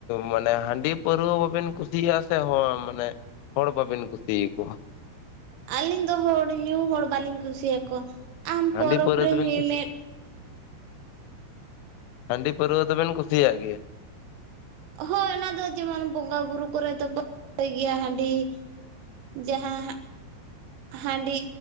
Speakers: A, on the left (about 85°); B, on the right (about 80°).
A: ᱢᱟᱱᱮ ᱦᱟᱺᱰᱤ ᱯᱟᱹᱨᱩᱣᱟᱹ ᱵᱟᱵᱤᱱ ᱠᱩᱥᱤᱭᱟᱜᱼᱟ ᱥᱮ, ᱦᱚᱲ ᱢᱟᱱᱮ ᱦᱚᱲ ᱵᱟᱹᱵᱮᱱ ᱠᱩᱥᱤᱭᱟᱠᱚᱣᱟ?
B: ᱟᱹᱞᱤᱧ ᱫᱚ ᱦᱚᱲ ᱧᱩ ᱦᱚᱲ ᱵᱟᱹᱞᱤᱧ ᱠᱩᱥᱤᱭᱟᱠᱚᱣᱟ, ᱟᱢ
A: ᱦᱟᱺᱰᱤ
B: ᱯᱚᱨᱚᱵᱽ
A: ᱯᱟᱹᱣᱨᱟᱹ
B: ᱨᱮ
A: ᱫᱚᱵᱮᱱ
B: ᱧᱩᱭ
A: ᱠᱩᱥᱤ
B: ᱢᱮ᱾
A: ᱦᱟᱺᱰᱤ ᱯᱟᱹᱨᱩᱣᱟᱹ ᱫᱚᱵᱮᱱ ᱠᱩᱥᱤᱭᱟᱜ ᱜᱮᱭᱟ ᱾
B: ᱦᱳᱭ, ᱚᱱᱟ ᱫᱚ ᱡᱮᱢᱚᱱ ᱵᱚᱸᱜᱟ ᱵᱩᱨᱩ ᱠᱚᱨᱮ ᱫᱚᱵᱚᱱ <inaudible> ᱜᱮᱭᱟ ᱦᱟᱺᱰᱤ ᱾ ᱡᱟᱦᱟᱸ ᱦᱟᱸᱜ ᱦᱟᱺᱰᱤ